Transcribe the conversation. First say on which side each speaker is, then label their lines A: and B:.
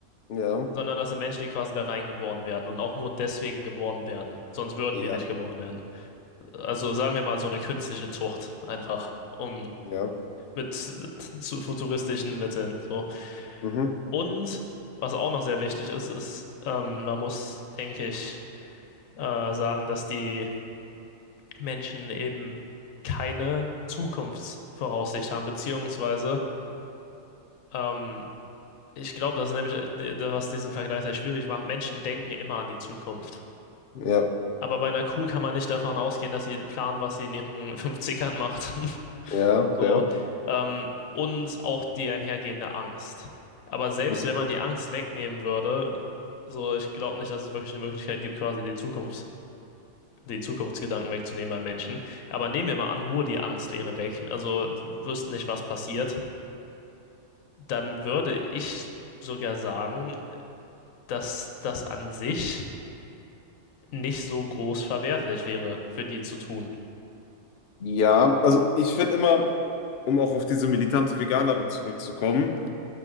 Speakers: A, on the left; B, on the left.
A: ja,
B: sondern das sind Menschen, die quasi da reingeboren werden und auch nur deswegen geboren werden. Sonst würden
A: ja,
B: die nicht geboren werden. Also sagen wir mal so eine künstliche Zucht einfach, um
A: ja,
B: mit zu futuristischen Mitteln. So.
A: mhm,
B: Und was auch noch sehr wichtig ist, ist, ähm, man muss, denke ich, äh, sagen, dass die Menschen eben keine Zukunftsvoraussicht haben, beziehungsweise ähm, ich glaube, das ist nämlich, das, was diesen Vergleich sehr schwierig macht. Menschen denken immer an die Zukunft.
A: ja,
B: Aber bei einer Kuh kann man nicht davon ausgehen, dass sie plant, was sie in ihren 50ern macht. <laughs>
A: ja,
B: So,
A: fair.
B: ähm, und auch die einhergehende Angst. Aber selbst
A: Mhm.
B: wenn man die Angst wegnehmen würde, so, ich glaube nicht, dass es wirklich eine Möglichkeit gibt, quasi die Zukunft, die Zukunftsgedanken wegzunehmen beim Menschen. Aber nehmen wir mal an, nur die Angst wäre weg, also die wüssten nicht, was passiert, dann würde ich sogar sagen, dass das an sich nicht so groß verwerflich wäre, für die zu tun.
A: Ja, also ich finde immer, um auch auf diese militante Veganerin zurückzukommen,